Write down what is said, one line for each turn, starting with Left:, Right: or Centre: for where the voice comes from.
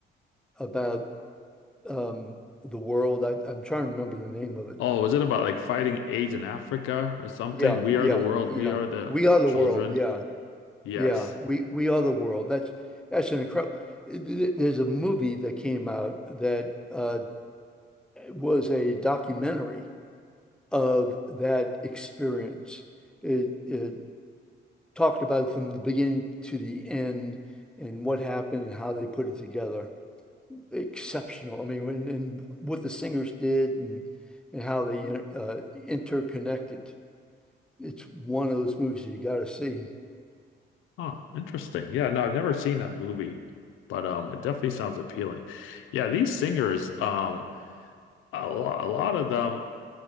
Centre: about um, the world. I, I'm trying to remember the name of it.
Left: Oh, was it about like fighting AIDS in Africa or something?
Centre: Yeah,
Left: We
Centre: yeah,
Left: are the world,
Centre: yeah.
Left: we are the
Centre: We are the
Left: children.
Centre: world. Yeah,
Left: Yes.
Centre: yeah. We we are the world. That's that's an incredible. There's a movie that came out that uh, was a documentary of that experience. It, it talked about it from the beginning to the end and what happened and how they put it together. exceptional. I mean, and, and what the singers did and and how they inter uh, interconnected. It's one of those movies you got to see.
Left: Huh, interesting. Yeah, no, I've never seen that movie, but um it definitely sounds appealing. Yeah, these singers, um a lot, a lot of them